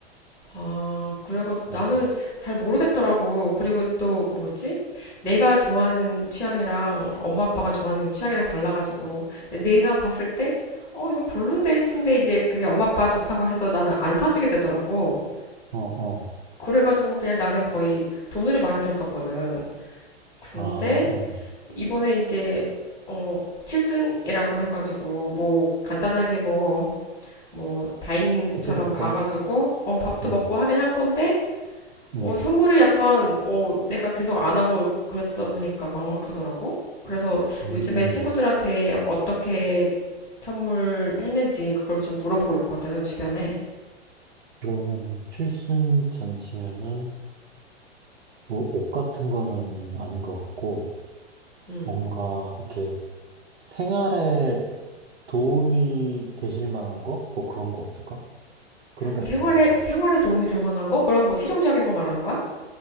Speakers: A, on the left; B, on the right.
A: 아, 그래가
B: 어,
A: 나는 잘 모르겠더라고. 그리고 또 뭐지? 내가 좋아하는 취향이랑 엄마 아빠가 좋아하는 게 취향이랑 달라가지고. 근데 내가 봤을 때, 어, 이건 별론데 싶은데 이제 그게 엄마 아빠 좋다고 해서 나는 안 사주게 되더라고.
B: 어, 어.
A: 그래가지고 그냥 나는 거의 돈을 많이 들었었거든. 근데
B: 아, 음.
A: 이번에 이제 어, 칠순이라고 해가지고 뭐 간단하게 뭐 뭐 다이닝처럼
B: 해드릴
A: 가가지고
B: 거?
A: 어 밥도
B: 음,
A: 먹고 하긴 할 건데
B: 음,
A: 어, 선물이 약간, 어, 내가 계속 안 하고 그랬다 보니까 막막하더라고. 그래서
B: 음.
A: 요즘에 친구들한테 어떻게 선물했는지 그걸 좀 물어보고 있거든, 주변에.
B: 그럼, 칠순 잔치면은, 뭐, 옷 같은 거는 아닌 것 같고,
A: 음.
B: 뭔가, 이렇게, 생활에 도움이 되실 만한 거? 뭐 그런 거 없을까? 그런 게
A: 생활에,
B: 나을 것 같은데.
A: 생활에 도움이 될 만한 거? 그럼 뭐 실용적인 거 말하는 거야?